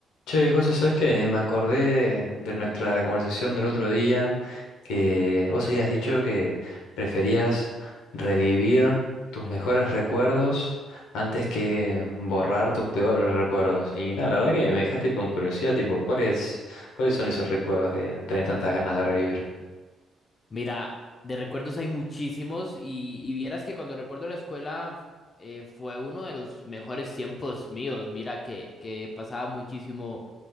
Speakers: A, on the left (about 90°); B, on the left (about 35°).
A: Che, José, ¿sabes qué? Me acordé de, nuestra conversación del otro día que vos habías dicho que preferías revivir tus mejores recuerdos antes que borrar tus peores recuerdos. Y nada, la verdad que me dejaste con curiosidad, tipo, ¿cuáles, cuáles son esos recuerdos que tenés tantas ganas de revivir?
B: Mira, de recuerdos hay muchísimos y, y vieras que cuando recuerdo la escuela eh, fue uno de los mejores tiempos míos. Mira que, que pasaba muchísimo,